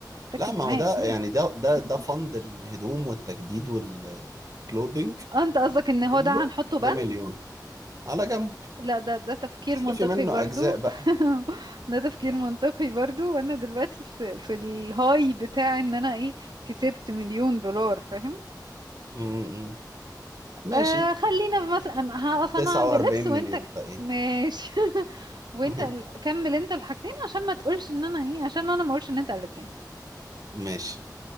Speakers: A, on the right (about 75°); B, on the right (about 50°).
A: ركز
B: لا ما
A: معايا
B: هو ده
A: كده
B: يعني ده ده
A: <laughs>
B: ده فند الهدوم والتجديد والكلودينج
A: اه انت قصدك ان هو
B: كله
A: ده هنحطه بند
B: ده مليون على جنب
A: لا ده ده تفكير
B: اصرفي
A: منطقي
B: منه
A: برضو
B: أجزاء بقى
A: <laughs> ده تفكير منطقي برضو وانا دلوقتي في في الهاي بتاع ان انا ايه كسبت مليون دولار فاهم
B: م-م. ماشي
A: آه خلينا مثلا هقف انا
B: 49
A: عند اللبس
B: مليون
A: وانت
B: بقى ايه
A: ماشي <laughs> وانت
B: <laughs>
A: ال- كمل انت الحاجتين عشان ما تقولش ان انا ايه عشان انا ما اقولش ان انت قلت تاني
B: ماشي